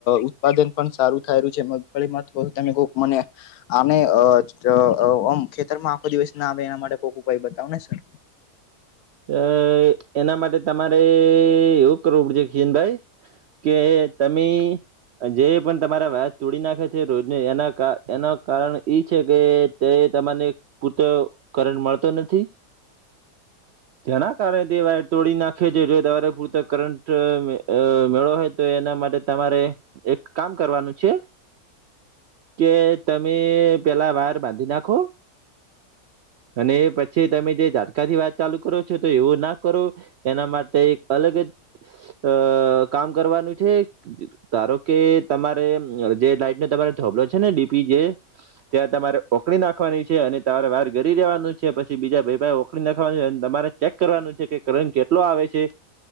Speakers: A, on the left; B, on the right.
A: ઉત્પાદન પણ સારું થાય્યું છે મગફળીમાં તો તમે કોક મને અને આમ ખેતરમાં આખો દિવસ ના આવે એના માટે કોઈક ઉપાઈ બતાવો ને સર
B: અ એના માટે તમારે એવું કરવું પડશે કિશનભાઈ કે તમે જે પણ તમારા વાત તોડી નાખે છે રોજને એના એના કારણ ઈ છે કે તે તને પૂરતો કરંટ મળતો નથી જેના કારણે તે વાયર તોડી નાખે છે જો તમારે પૂરતો કરંટ મેળો હો તો એના માટે તમારે એક કામ કરવાનું છે કે તમે પેલા વાર બાંધી નાખો અને પછી તમે જે <unintelligible> થી વાત ચાલુ કરો તો એવું ના કરો એના માટે એક અલગ જ અ કામ કરવાનું છે ધારો કે તમારે જે લાઈટ નો તમારે થોબલો છે ને ડીપી જે ત્યાં તમારે ઓકળી નાખવાની છે અને તમારે વાર ઘરી રેવાનું છે પછી બીજા ભાઈ ભાઈ ઓકળી નાખવાનું છે તમારે ચેક કરવાનું છે કે કરંટ કેટલો આવે છે